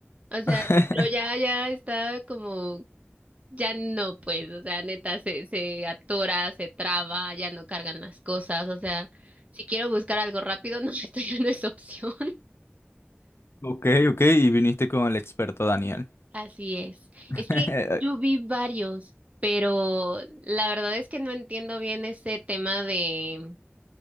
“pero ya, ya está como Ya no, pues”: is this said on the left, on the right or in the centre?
Right